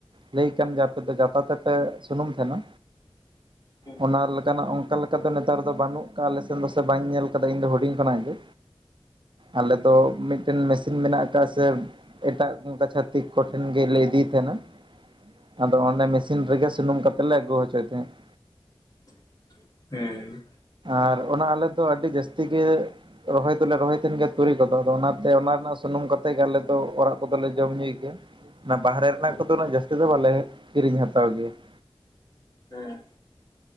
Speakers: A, on the right; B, on the left.
A: ᱞᱟᱹᱭ ᱟᱠᱟᱜ ᱟᱢ ᱡᱮ ᱟᱯᱮ ᱫᱚ ᱡᱟᱛᱟ ᱛᱮᱯᱮ ᱥᱩᱱᱩᱢ ᱛᱟᱦᱮᱸᱱᱟ
B: ᱦᱩᱸ
A: ᱚᱱᱟ ᱞᱮᱠᱟᱱᱟᱜ ᱚᱱᱠᱟ ᱞᱮᱠᱟ ᱚᱱᱠᱟ ᱫᱚ ᱱᱮᱛᱟᱨ ᱫᱚ ᱵᱟᱹᱱᱩᱜ ᱟᱠᱟᱫ-ᱟ ᱟᱞᱮ ᱥᱮᱫ ᱫᱚ ᱥᱮ ᱵᱟᱹᱧ ᱧᱮᱞ ᱟᱠᱟᱫᱟ ᱤᱧ ᱫᱚ ᱦᱩᱰᱤᱧ ᱠᱷᱚᱱᱟᱜ ᱜᱮ᱾ ᱟᱞᱮ ᱫᱚ ᱢᱤᱫᱴᱮᱱ ᱢᱮᱥᱤᱱ ᱢᱮᱱᱟᱜ ᱟᱠᱟᱜ-ᱟ ᱥᱮ ᱮᱴᱟᱜ ᱚᱱᱠᱟ ᱪᱷᱟᱛᱤᱠ ᱠᱚᱴᱷᱮᱱ ᱜᱮᱞᱮ ᱤᱫᱤᱭ ᱛᱟᱦᱮᱸᱱᱟ ᱟᱫᱚ ᱚᱸᱰᱮ ᱢᱤ ᱥᱤᱱ ᱨᱮᱜᱮ ᱥᱩᱱᱩᱢ ᱠᱟᱛᱮ ᱞᱮ ᱟᱹᱜᱩ ᱦᱚᱪᱚᱭ ᱛᱟᱦᱮᱸᱫ ᱾
B: ᱦᱩᱸ ᱾
A: ᱟᱨ ᱚᱱᱟ ᱟᱞᱮ ᱫᱚ ᱟᱹᱰᱤ ᱡᱟᱹᱥᱛᱤ ᱜᱮ ᱨᱚᱦᱚᱭ ᱫᱚᱞᱮ ᱨᱚᱦᱚᱭ ᱛᱟᱦᱮᱱ ᱜᱮᱭᱟ ᱛᱩᱲᱤ ᱠᱚᱫᱚ ᱟᱫᱚ ᱚᱱᱟᱛᱮ ᱚᱱᱟ ᱨᱮᱱᱟᱜ ᱥᱩᱱᱩᱢ ᱠᱟᱛᱮ ᱜᱮ ᱟᱞᱮ ᱛᱚ ᱚᱲᱟᱜ ᱠᱚᱫᱚᱞᱮ ᱡᱚᱢ ᱧᱩᱭ ᱜᱮᱭᱟ ᱚᱱᱟ ᱵᱟᱦᱨᱮ ᱨᱮᱱᱟᱜ
B: ᱦᱩᱸ
A: ᱠᱚᱫᱚ ᱩᱱᱟᱜ ᱡᱟᱹᱥᱛᱤ ᱫᱚ ᱵᱟᱞᱮ ᱠᱤᱨᱤᱧ ᱦᱟᱛᱟᱣ ᱜᱮᱭᱟ ᱾
B: ᱦᱮᱸ ᱾